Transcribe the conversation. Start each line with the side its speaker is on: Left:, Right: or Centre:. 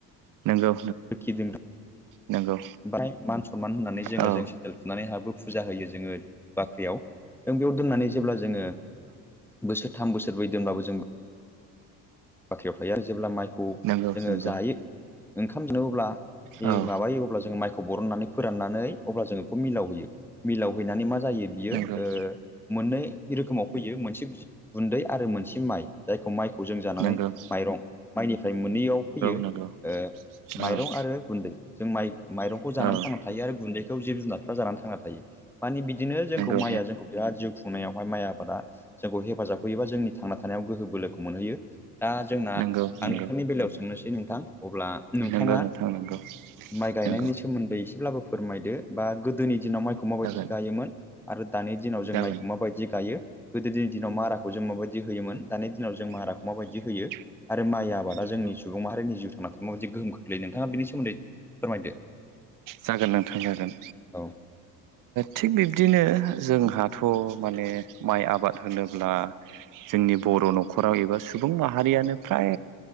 Right: नंगौ नंगौ
Centre: लोखि दोनग्रा
Right: नंगौ
Centre: ओमफ्राय मान सनमान होननानै जोंङो
Right: औ
Centre: जों सेन्देल खुनानै हाबो फुजा होयो जोंङो बाख्रियाव जों बेयाव दोननानै जेब्ला जोंङो बोसोर थाम बोसोरब्रै दोनबाबो जों बाख्रियाव थायो आरो जेब्ला माइखौ
Right: नंगौ
Centre: जोंङो
Right: नंगौ
Centre: जायो ओंखाम जानो अब्ला
Right: औ
Centre: माबायो अब्ला जोंङो माइखौ बरननानै फोराननानै अब्ला जों इखौ मिलाव हैयो मिलाव हैनानै मा जायो बियो
Right: नंगौ नंगौ
Centre: ओ मोननै रोखोमाव फैयो मोनसे गुन्दै आरो मोनसे माइ जायखौ माइखौ जों जानानै
Right: नंगौ
Centre: माइरं माइनिफ्राय मोनैयाव फैयो ओ
Right: नंगौ नंगौ
Centre: माइरं
Right: औ
Centre: आरो गुन्दै जों माइ माइरंखौ
Right: औ
Centre: जानानै थांना थायो आरो गुन्दैखौ जिब जुनारफ्रा जानानै थांना थायो माने बिदि बिदिनो जोंखौ
Right: नंगौ
Centre: माइआ जोंखौ बिराद <unintelligible> खुंनायावहाय माइ आबादा जोंखौ हेफाजाब होयोबा जोंनि थांना थानायाव गोहो बोलोखौ मोनहैयो। दा जोंना
Right: नंगौ नंगौ
Centre: आं नोंथांनि बेलायाव सोंनोसै नोंथां अब्ला नोंथाङा
Right: नंगौ नोंथां नंगौ
Centre: माइ गायनायनि
Right: नंगौ
Centre: सोमोन्दै एसेब्लाबो फोरमायदो बा गोदोनि दिनाव माइखौ माबायदि
Right: जागोन
Centre: गायोमोन गोदो दानि दिनाव जों
Right: जागोन
Centre: माइखौ माबायदि गायो गोदोनि दिनाव माराखौ जों माबायदि होयोमोन दानि दिनाव जों माराखौ
Right: नंगौ
Centre: माबायदि
Right: नंगौ
Centre: बिदि होयो आरो माइ आबादा
Right: नंगौ
Centre: जोंनि सुबुं माहारिनि जिउ थांना थानायाव जि गोहोम खोख्लैयो नोंथाङा बेनि सोमोन्दै फोरमायदो
Right: जागोन नोंथां जागोन
Centre: औ
Right: थिग बिब्दिनो जोंहाथ माने माइ आबाद होनोब्ला जोंनि बर नखराव एबा सुबुं माहारियानो फ्राय